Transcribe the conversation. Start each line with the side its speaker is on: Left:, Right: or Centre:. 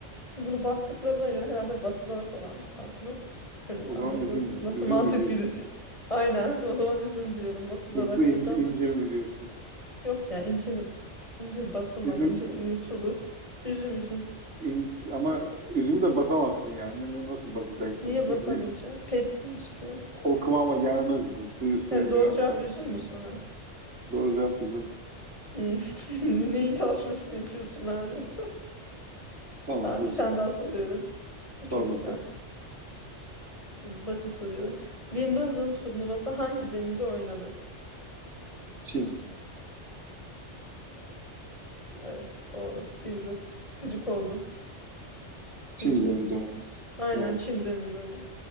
Left: Şimdi bunu bastıklarına göre herhalde basılarak olan bir tatlı. Öyle
Right: O
Left: tahmin
Right: zaman
Left: ediyorum.
Right: üzüm,
Left: Nasıl, nasıl
Right: üzüm
Left: mantık
Right: mü diyorsun?
Left: yürütüyor? Aynen. <laughs> O zaman üzüm diyorum. Basılarak
Right: Yoksa inci,
Left: buradan.
Right: incir mi diyorsun?
Left: Yok ya incir, incir basılmaz.
Right: Üzüm,
Left: İncir uyutulur. Üzüm üzüm.
Right: inci, ama üzümü de basamazsın yani. N- Nasıl basacaksın?
Left: Niye
Right: İnci,
Left: basamayacağız? Pestin işte.
Right: o kıvama gelmez üzüm. Suyu suyu
Left: He,
Right: muyu
Left: doğru
Right: akar.
Left: cevap üzüm mü sonra?
Right: Doğru cevap üzüm.
Left: Hmm, <laughs> Neyin tartışmasını yapıyorsun ben de? <laughs>
Right: Tamam
Left: Tamam
Right: üzüm.
Left: bir tane daha soruyorum. Bu çok
Right: Sor bakalım.
Left: güzel. Basit soruyorum. Wimbledon turnuvası hangi zeminde oynanır?
Right: Çim.
Left: Evet doğru bildin. Gıcık oldum.
Right: Çim
Left: Bildin.
Right: zeminde oynuyoruz.
Left: Aynen
Right: Evet.
Left: çim zeminde oyunu.